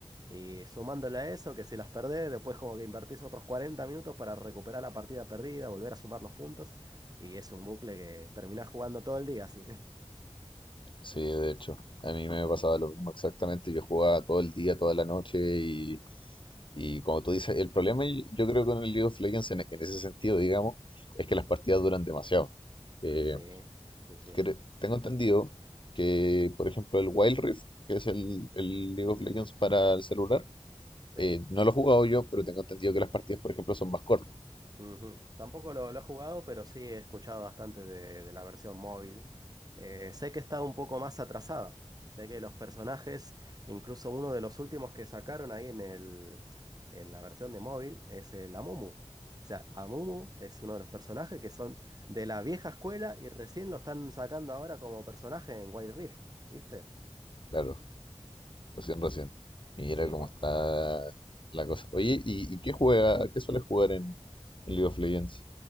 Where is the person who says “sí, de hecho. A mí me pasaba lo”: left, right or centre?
Left